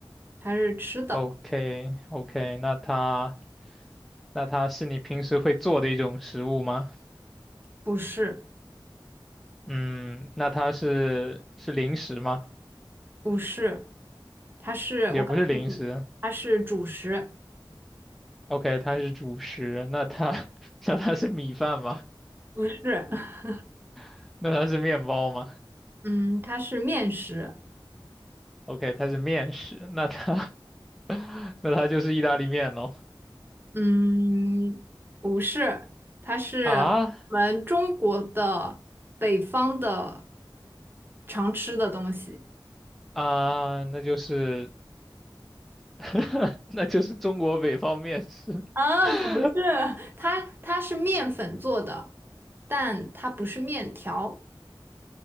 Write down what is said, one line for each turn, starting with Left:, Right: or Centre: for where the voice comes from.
Right: 它是吃的，
Centre: ？OK OK，那它那它是你平时会做的一种食物吗？
Right: 不是，
Centre: 嗯，那它是是零食吗？
Right: 不是，它是，
Centre: 也不是零食。
Right: 我告诉你，它是主食，
Centre: OK，它是主食。那它 <laughs> 那它是米饭吗？
Right: 不是，<laughs>
Centre: <laughs> 那它是面包吗
Right: 嗯，它是面食，
Centre: ？OK，它是面食，那它 <laughs> 那它就是意大利面喽。
Right: 嗯，不是，它是
Centre: 啊
Right: 我们中国的北方的常吃的东西。
Centre: 啊，那就是 <laughs> 那就是中国北方面食。
Right: 啊，
Centre: <laughs>
Right: 不是，它它是面粉做的，但它不是面条。